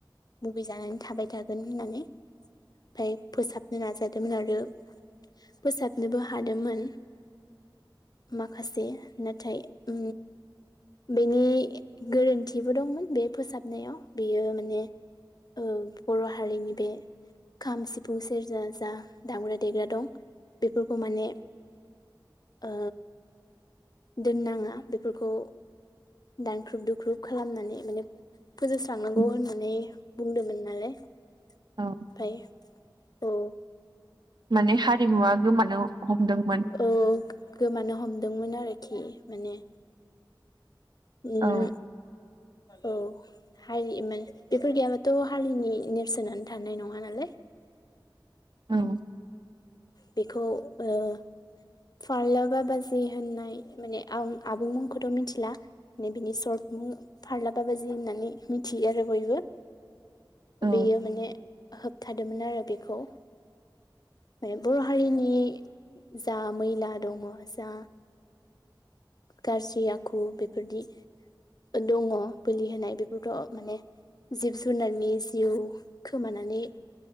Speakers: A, on the left; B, on the right.
A: मुगै जानानै थाबाय थागोन होननानै ओमफ्राय फोसाबनो नाजादोंमोन आरो फोसाबनोबो हादोंमोन। माखासे नाथाय ओ बेनि गोरोन्थिबो दंमोन बे फोसाबनायाव बियो माने ओ बर' हारिनि बे खाम, सिफुं, सेरजा जा दामग्रा देग्रा दं बेफोरखौ माने ओ दोननाङा बेफोरखौ दानख्रुब दुख्रुब खालामनानै माने फोजोबस्रांनांगौ
B: उम,
A: होननानै बुंदोंमोन नालाय ओमफाय
B: औ
A: औ
B: माने हारिमुवा गोमानो हमदोंमोन।
A: औ गोमानो हमदोंमोन आरोखि माने। उम
B: औ
A: औ हारि माने बेफोर गैयाबाथ' हारिनि नेरसोनानो थानाय नङा नालाय।
B: औ
A: बेखौ ओ फार्ला बाबाजि होननाय माने आ-आबुं मुंखौथ' मिथिला। माने बिनि सर्ट मुं फारला बाबाजि होननानै मिथियो आरो बयबो।
B: औ
A: बेयो माने होबथादोंमोन आरो बेखौ। बर' हारिनि जा मैला दङ जा गाज्रि आखु बेफोरदि दङ बोलि होनाय बेफोरथ' माने जिब जुनारनि जिउ खोमानानै